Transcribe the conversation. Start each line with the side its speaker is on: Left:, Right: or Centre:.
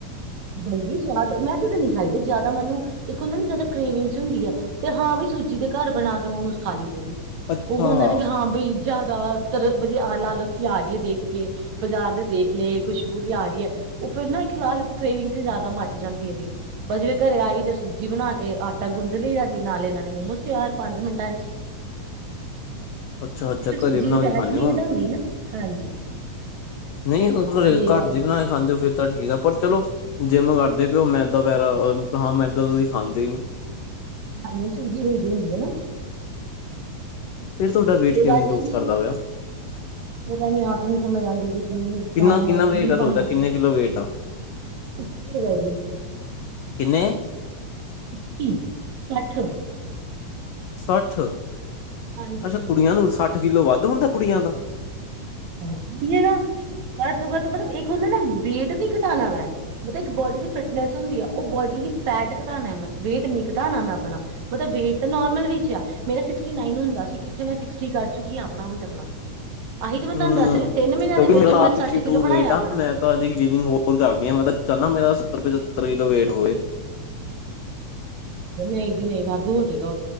Right: ਬਨਦੀ ਸਵਾਦ ਮੈਂ ਤੇ ਤਾਂ ਨੀ ਖਾਈ ਜ਼ਿਆਦਾ ਮੈਂਨੂੰ, ਇੱਕ ਹੁੰਦਾ ਨਾ ਜੱਦ ਕਰੇਵਿੰਗਸ ਹੁੰਦੀ ਐ। ਤੇ ਹਾਂ ਵੀ ਸੁੱਜੀ ਦੇ ਘਰ ਬਣਾ ਕੇ ਮੋਮੋਸ ਖਾ ਲਈਦੇ ਸੀ।
Left: ਅੱਛਾ
Right: ਓ ਹੁੰਦਾ ਨਾ ਕਿ ਹਾਂ ਬੀ ਜ਼ਿਆਦਾਤਰ ਮੂਜੇ ਆ ਲਾਲਸ ਈ ਆ ਰਹੀ ਏ ਦੇਖ ਕੇ। ਬਾਜ਼ਾਰ ਤੇ ਦੇਖ ਲਏ, ਖੁਸ਼ਬੂ ਜੀ ਆ ਰਹੀ ਏ ਓ ਫਿਰ ਨਾ ਇਕ ਲਾਲਸ ਕ੍ਰੇਵਿੰਗਸ ਜ਼ਿਆਦਾ ਮੱਚ ਜਾਂਦੀ ਏ ਜੀ। ਪਰ ਜਿਵੇਂ' ਘਰੇ ਆਈ ਤੇ ਸੁੱਜੀ ਬਣਾ ਕੇ ਆਟਾ ਗੁੰਦ ਲਈਦਾ ਜੀ ਨਾਲੇ-ਨਾਲੇ ਮੋਮੋਸ ਤਿਆਰ ਪੰਜ ਮਿੰਟਾਂ 'ਚ'।
Left: <unintelligible> ਅੱਛਾ-ਅੱਛਾ
Right: ਫਿਰ ਸੂਜੀ
Left: ਘਰੇ ਬਣਾ
Right: ਦੀ
Left: ਕੇ
Right: ਫੈਟ
Left: ਖਾਂਦੇ
Right: ਨੀਂ
Left: ਹੋ
Right: ਵਧਾਂਦੀ ਨਾ, ਹਾਂਜੀ।
Left: ਨਹੀਂ ਘ
Right: ਤੇ
Left: ਘਰ
Right: ਵੈ-
Left: ਦੇ ਬਣਾ ਕੇ ਖਾਂਦੇ ਹੋ ਫਿਰ? ਤਾਂ ਠੀਕ ਆ ਪਰ ਚਲੋ, ਜਿੰਮ ਕਰਦੇ ਪਿਓ ਮੈਦਾ ਵੈਰਾ ਹਾਂ ਮੈਦਾ ਤੁਸੀਂ ਖਾਂਦੇ ਹੀ ਨੀ।
Right: ਹਾਂਜੀ ਹ ਸੂਜੀ ਲਈ ਦੀ ਹੁੰਦੀ ਹੈ ਨਾ?
Left: ਫਿਰ ਤੁਹਾਡਾ ਵੇਟ
Right: ਤੇ
Left: ਕਿਉਂ
Right: ਵੈਸੇ
Left: ਨੀਂ ਲੂਜ
Right: ਵੀ
Left: ਕਰਦਾ ਪਿਆ?
Right: ਪਤਾ ਨੀ ਆਪ ਹੀ ਨੀ ਸਮਝ ਆਂਦੀ ਸੀ ਕੀ
Left: ਕਿੰਨਾ-ਕਿੰਨਾ
Right: ਕੰਮ ਐਂ
Left: ਵੇਟ
Right: ਕੀ
Left: ਆ ਤੁਹਾਡਾ
Right: ਬਣਿਆ।
Left: ਕਿੰਨੇ ਕਿੱਲੋ ਵੇਟ ਆ
Right: ਸਸ ਹੈ ਜੀ। <unintelligible>
Left: ਕਿੰਨੇ?
Right: ਇੱਕੀ, ਸੱਠ।
Left: ਸੱਠ
Right: ਹਾਂਜੀ
Left: ਅੱਛਾ, ਕੁੜੀਆਂ ਨੂੰ ਸੱਠ ਕਿੱਲੋ ਵੱਧੂ ਹੁੰਦਾ, ਕੁੜੀਆਂ ਦਾ।
Right: ' <inaudible> ਘੱਟ ਤੋਂ ਘੱਟ ਮਤਲਬ ਇੱਕ ਹੁੰਦਾ ਨਾ, ਵੇਟ ਨੀ ਘਟਾਣਾ ਮੈਂ। ਮੈ ਕਿਹਾ, ਇੱਕ ਬੋਡੀ ਦੀ ਫਿਟਨੈਂਸ ਹੁੰਦੀ ਆਂ। ਓ ਬੋਡੀ ਦੀ ਫੈਟ ਘਟਾਣਾ ਮੈਂ, ਵੇਟ ਨਹੀਂ ਘਟਾਣਾ ਮੈਂ ਆਪਣਾ। ਮਤਲਬ ਵੇਟ ਤਾਂ ਨਾਰਮਲ ਵਿੱਚ ਆ, ਮੇਰਾ ਸਿਕਸਟੀ- ਨਾਈਨ ਹੁੰਦਾ ਸੀ ਕਿੱਥੇ ਮੈਂ ਸਿਕਟੀ ਕਰ ਚੁੱਕੀ ਹਾਂ, ਆਪਣਾ ਹੁਣ ਤੱਕ ਨਾ। ਆਹੀ ਤੇ ਮੈਂ ਤੁਹਾਨੂੰ
Left: ਹੂੰ,
Right: ਦੱਸ ਰਹੀ ਤਿੰਨ ਮਹੀਨਿਆਂ
Left: ਕਿਉਂਕਿ
Right: ਦੇ ਵਿੱਚ
Left: ਮੇਰਾ ਆਪ'
Right: ਮੈਂ
Left: ਸਿਕਟੀ-ਟੂ
Right: ਸੱਠ ਕਿੱਲੋ
Left: ਵੇਟ
Right: ਬਣਾਇਆ
Left: ਆ,
Right: ਆਪਣਾ
Left: ਮੈਂ ਤਾਂ ਅਜੇ ਗੇਨਿੰਗ ਹੋਰ ਕਰਨੀ ਆ, ਮੈਂ ਤਾਂ ਚਾਹਣਾ ਮੇਰਾ ਸੱਤਰ-ਪਚੱਤਰ ਕਿੱਲੋ ਵੇਟ ਹੋਏ।
Right: ਨਹੀਂ ਜੀ-ਨਹੀਂ, ਵਾਧੂ ਹੋਜੇਗਾ।